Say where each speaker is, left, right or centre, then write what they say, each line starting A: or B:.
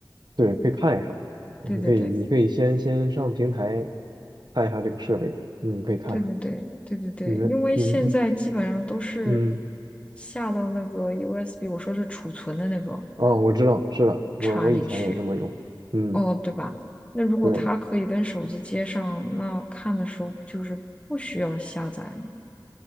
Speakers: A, on the right; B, on the left.
A: 对，可以看一下，你可以你可以先先上平台
B: 对对对
A: 看一下这个设备，嗯，可以看一下。
B: 对对对对对对，
A: 你们你们
B: 因为现在基本上都是
A: 嗯
B: 下到那个 USB，我说是储存的那个
A: 哦，我知道，是的，我我以前也这么用，
B: 插进去。
A: 嗯，
B: 哦，对吧？那如果它可以跟手机接上，
A: 对，
B: 那看的时候不就是不需要下载吗？